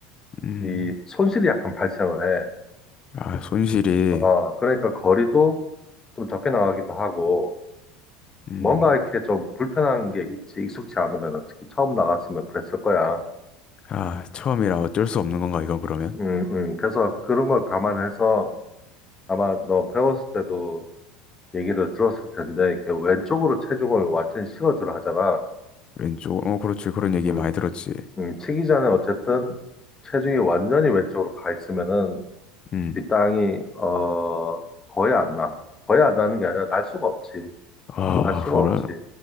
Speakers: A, on the left; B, on the left.
A: 음,
B: 이 손실이 약간 발생을 해.
A: 아, 손실이,
B: 어, 그러니까 거리도 좀 적게 나가기도 하고,
A: 음,
B: 뭔가 이렇게 좀 불편한 게 있지, 익숙치 않으면, 특히 처음 나갔으면 그랬을 거야.
A: 아, 처음이라 어쩔 수 없는 건가, 이건 그러면?
B: 음, 음. 그래서 그런 걸 감안해서 아마 너 배웠을 때도 얘기를 들었을 텐데, 이렇게 왼쪽으로 체중을 완전히 실어주라 하잖아.
A: 왼쪽, 어, 그렇지. 그런 얘기
B: 음,
A: 많이 들었지.
B: 음. 치기 전에 어쨌든 체중이 완전히 왼쪽으로 가 있으면은
A: 음,
B: 뒷땅이, 어, 거의 안 나. 거의 안 나는 게 아니라 날 수가 없지.
A: 아,
B: 날 수가
A: 그래?
B: 없지.